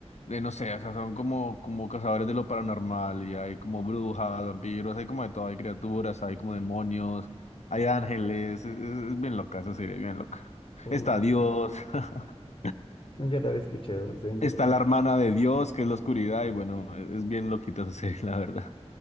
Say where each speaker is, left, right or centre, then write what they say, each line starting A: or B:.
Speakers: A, on the left; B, on the left.
A: de no sé, o sea, son como, como cazadores de lo paranormal y hay como brujas, vampiros, hay como de todo, hay criaturas, hay como demonios, hay ángeles, es, es- es bien loca esa serie, bien loca.
B: O
A: Está
B: no, creo.
A: Dios, <laughs>
B: No, ya la había escuchado, soy interesante.
A: está la hermana de Dios, que es la oscuridad, y bueno, es, es bien loquita esa serie, <laughs> la verdad.